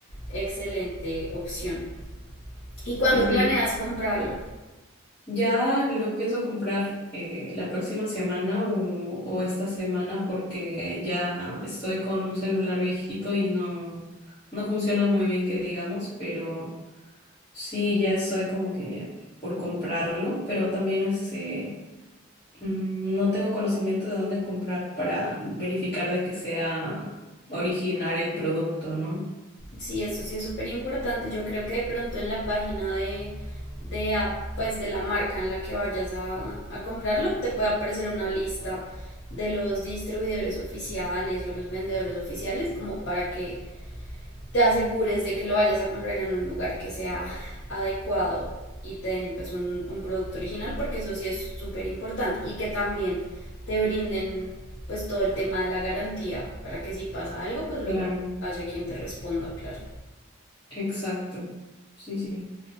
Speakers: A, on the left (about 55°); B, on the left (about 25°).
A: excelente opción. ¿Y cuando
B: Y sí,
A: planeas comprarlo?
B: ya lo pienso comprar eh, la próxima semana o, o esta semana porque ya estoy con un celular viejito y no, no funciona muy bien, que digamos, pero... Sí, ya estoy como que por comprarlo, pero también este, mm, no tengo conocimiento de dónde comprar para verificar de que sea original el producto, ¿no?
A: Sí, eso sí es súper importante. Yo creo que de pronto en la página de, de a- pues de la marca en la que vayas a, a comprarlo, te puede aparecer una lista de los distribuidores oficiales o los vendedores oficiales, como para que te asegures de que lo vayas a comprar en un lugar que sea adecuado y te den pues un, un producto original, porque eso sí es súper importante. Y que también te brinden pues todo el tema de la garantía, para que si pasa algo, pues luego
B: Claro,
A: haya quien te responda, claro.
B: exacto. Sí, sí.